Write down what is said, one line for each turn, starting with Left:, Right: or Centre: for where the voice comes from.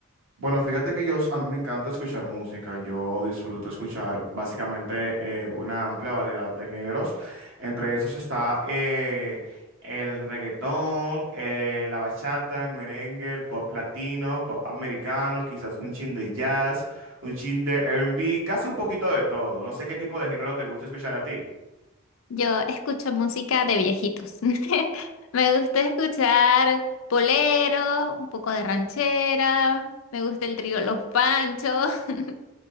Right: Bueno, fíjate que yo, s- a mí me encanta escuchar música, yo disfruto escuchar básicamente eh, una amplia variedad de géneros, entre esos está eh, el reggaetón, eh, la bachata, el merengue, el pop latino, pop americano, quizás un chin de jazz, un chin de R&B, casi un poquito de todo, no sé qué tipo de género te gusta escuchar a ti.
Left: Yo escucho música de viejitos. <laughs> Me gusta escuchar boleros, un poco de ranchera, me gusta el trío Los Panchos. <laughs>